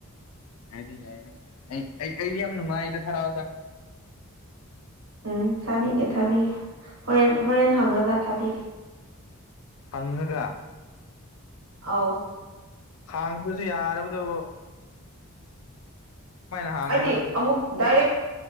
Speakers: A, on the left (about 70°); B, on the right (about 70°).
A: ꯌꯥꯏꯗ ꯌꯥꯏꯗ ꯑꯩ ꯑꯩꯗꯤ ꯌꯥꯝ ꯅꯨꯡꯉꯥꯏꯗ ꯍꯔꯥꯎꯗ
B: ꯎꯝ ꯊꯥꯕꯤꯒꯦ ꯊꯥꯕꯤꯒꯦ ꯍꯣꯔꯦꯟ ꯍꯣꯔꯦꯟ ꯍꯪꯉꯒ ꯊꯥꯕꯤꯒꯦ
A: ꯐꯪꯉꯒ
B: ꯑꯧ
A: ꯍꯥꯡꯕꯁꯨ ꯌꯥꯗꯕꯗꯨꯕꯨ ꯍꯥꯡꯉꯦꯕ
B: ꯍꯥꯏꯗꯤ
A: ꯅꯪ
B: ꯑꯃꯨꯛ ꯗꯥꯏꯔꯦꯛ